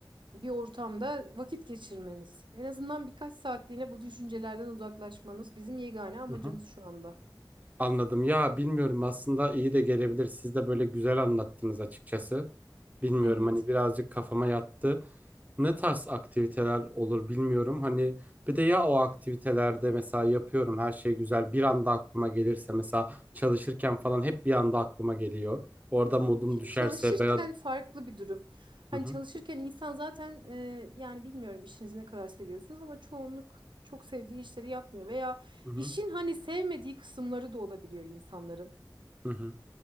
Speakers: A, on the right; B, on the right.
A: bir ortamda vakit geçirmeniz. En azından birkaç saatliğine bu düşüncelerden uzaklaşmanız bizim yegane amacımız
B: Hı hı.
A: şu anda.
B: Anladım. Ya bilmiyorum aslında iyi de gelebilir. Siz de böyle güzel anlattınız açıkçası. Bilmiyorum
A: Evet.
B: hani birazcık kafama yattı. Ne tarz aktiviteler olur bilmiyorum. Hani bir de ya o aktivitelerde mesela yapıyorum her şey güzel bir anda aklıma gelirse mesela çalışırken falan hep bir anda aklıma geliyor. Orada modum
A: Şimdi
B: düşerse
A: çalışırken
B: ben...
A: farklı bir durum. Hani
B: Hı hı,
A: çalışırken insan zaten e, yani bilmiyorum işinizi ne kadar seviyorsunuz ama çoğunluk çok sevdiği işleri yapmıyor veya
B: hı hı,
A: işin hani sevmediği kısımları da olabiliyor insanların.
B: hı hı,